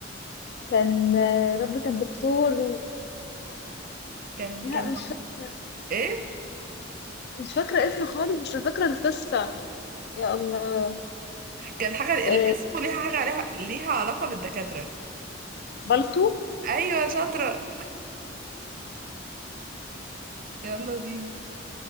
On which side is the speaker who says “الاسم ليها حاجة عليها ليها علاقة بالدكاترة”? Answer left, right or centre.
Right